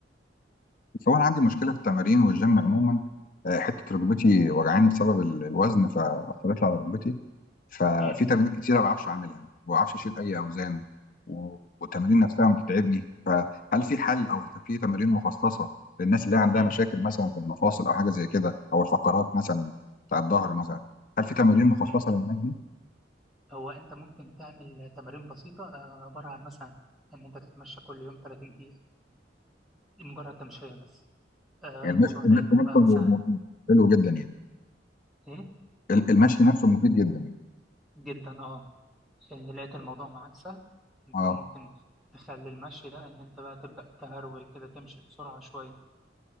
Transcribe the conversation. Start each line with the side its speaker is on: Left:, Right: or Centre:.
Left: بس هو انا عندي مشكله في التمارين والجيم عموما آه، حته ركبتي وجعاني بسبب ال- الوزن فاثرت على ركبتي ففي
Centre: امم
Left: تمارين كتير ما بعرفش اعملها ما بعرفش اشيل اي اوزان و- والتمارين نفسها بتتعبني فهل في حل او في تمارين مخصصه للناس اللي هي عندها
Centre: امم
Left: مشاكل مثلا في المفاصل او حاجه زي كده او الفقرات مثلا بتاع الظهر مثلا هل في تمارين مخصصه
Centre: امم
Left: للناس دي
Centre: هو انت ممكن تعمل تمارين بسيطه آه، عباره عن مثلا ان انت تتمشى كل يوم 30 دقيقه مجرد تمشيه بس آه،
Left: يعني
Centre: الموضوع
Left: المشي المشي
Centre: لقيته
Left: نفسه
Centre: بقى
Left: م-
Centre: سهل
Left: م- حلو جدا يعني
Centre: ايه
Left: ال- المشي نفسه مفيد جدا
Centre: جدا اه إيه، لقيت الموضوع معاك سهل انت
Left: اه
Centre: ممكن تخلي المشي ده ان انت بقى تبدا تهرول كده تمشي بسرعه شويه